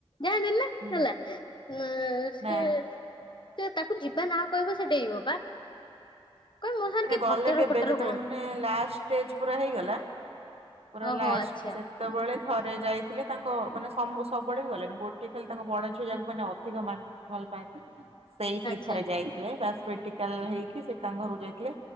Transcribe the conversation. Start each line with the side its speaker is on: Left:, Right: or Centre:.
Left: ଯାହା ବି ହେଲା,
Right: ହୁଁ।
Left: ହେଲା ନା ସେ
Right: ନା
Left: ସେ ତାକୁ ଯିବା ନା କହିବ ସେ ଡେଇବ ବା କହିବ ମୋ ସାଙ୍ଗରେ
Right: ମାନେ
Left: କିଏ
Right: ଗଲେ
Left: ଫଟର
Right: କେବେ
Left: ଫଟର ହୁଅନି!
Right: ଯେତେବେଳେ ମାନେ ଲାଷ୍ଟ ଷ୍ଟେଜ ପୁରା ହେଇଗଲା ପୁରା
Left: ଓହୋ
Right: ଲାଷ୍ଟ
Left: ଆଚ୍ଛା
Right: ସେ ସେତେବେଳେ ଥରେ ଯାଇଥିଲେ ତାଙ୍କ ମାନେ ସମୁ ସବୁବେଳେ ବି ଗଲେ ନି ଗୋଟିଏ ଖାଲି ତାଙ୍କ ବଡ ଝିଅ ଯାକୁ ମାନେ ଅଧିକ ମାନେ! ଭଲ ପାଆନ୍ତି। ସେଇଠିକ
Left: ଆଚ୍ଛା
Right: ଥରେ ଯାଇଥିଲେ ବାସ ମେଡିକାଲ ହେଇକି ସେଇଠି ତାଙ୍କ ଘରକୁ ଯାଇଥିଲେ।